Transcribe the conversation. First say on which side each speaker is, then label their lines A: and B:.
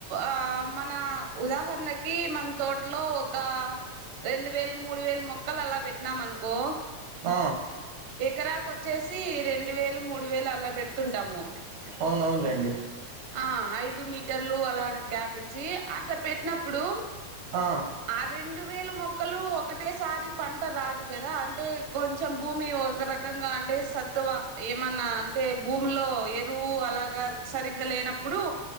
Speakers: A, on the right (about 70°); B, on the right (about 85°).
A: ఆ మన ఉదాహరణకి మన తోటలో ఒక్క రెండు వేలు మూడు వేలు మొక్కలు అలా పెట్టినామ్ అనుకో
B: ఆ
A: ఎకరాకి వచ్చేసి రెండు వేలు మూడు వేలు అలా పెడుతుంటాము
B: అవునవునులేండి
A: ఆ ఐదు మీటర్లు అలాగ గ్యాప్ ఇచ్చి అట్లా పెట్టినప్పుడు.
B: ఆ
A: ఆ రెండు వేలు మొక్కలు ఒకటేసారి పంట రాదు గదా అంటే కొంచెం. భూమి ఒక రకంగా అంటే సత్తువ ఏమన్నా అంటే భూమ్ లో ఎరువు అలాగా సరిగ్గా లేనప్పుడు.